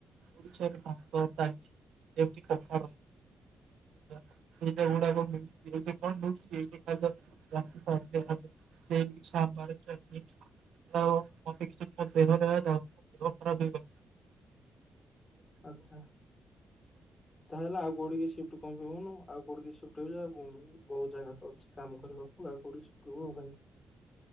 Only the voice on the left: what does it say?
ଆଚ୍ଛା। ତାହେଲେ ଆଉ କୋଉଠିକି ସିଫ୍ସି କଣ ପାଇଁ ହଉନ ଆଉ କୋଉଠି ସିଫ୍ଟ ହେଇଯା ଆଉ କଣ? ବହୁତ ଜାଗା ତ ଅଛି କାମ କରିବାକୁ ଆଉ କୋଉଠି ସିଫ୍ଟ ହୁଅ ଭାଇ।